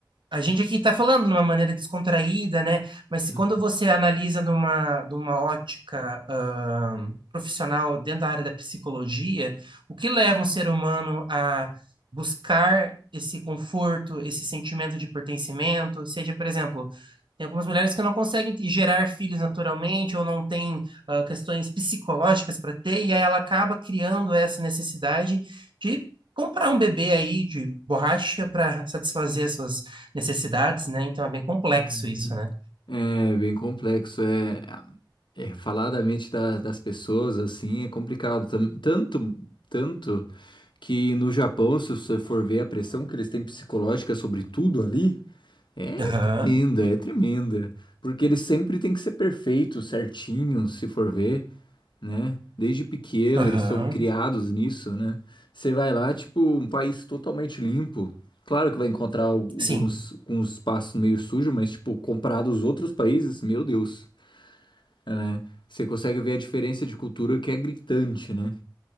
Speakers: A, on the right; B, on the left.
A: A gente aqui está falando de uma maneira descontraída, né? Mas se
B: Hum,
A: quando você analisa numa, numa ótica, ah, profissional dentro da área da psicologia, o que leva um ser humano a buscar esse conforto, esse sentimento de pertencimento, seja, por exemplo, tem algumas mulheres que não conseguem te- gerar filhos naturalmente ou não têm, ah, questões psicológicas para ter, e aí ela acaba criando essa necessidade de comprar um bebê aí de borracha para satisfazer as suas necessidades, né? Então é bem complexo
B: Uhum.
A: isso, né?
B: É bem complexo, é, é falar da mente da- das pessoas assim é complicado, Tam- tanto tanto que no Japão, se você for ver a pressão que eles têm psicológica sobre tudo ali, é
A: Aham,
B: tremenda, é tremenda, porque eles sempre têm que ser perfeitos, certinhos, se for ver né? Desde pequeno
A: aham.
B: eles são criados nisso, né? Você vai lá, tipo, um país totalmente limpo. Claro que vai encontrar alguns,
A: Sim.
B: alguns espaços meio sujos, mas, tipo, comparado aos outros países, meu Deus, né? Você consegue ver a diferença de cultura que é gritante, né?